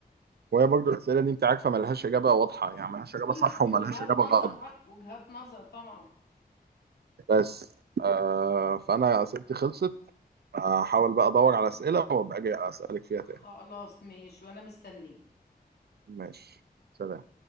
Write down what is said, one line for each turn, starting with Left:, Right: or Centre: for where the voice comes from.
Right: وهي برضه الاسئله دي انت عارفه ملهاش اجابه واضحه يعني ملهاش اجابه
Left: كل
Right: صح وملهاش
Left: دي وجهات
Right: اجابه
Left: نظر
Right: غلط
Left: بقى وجهات نظر طبعا
Right: بس آه فانا اسئلتي خلصت هحاول بقى ادور على اسئله وابقى اجي اسالك فيها
Left: خلاص
Right: تاني
Left: ماشي وأنا مستنيه
Right: ماشي سلام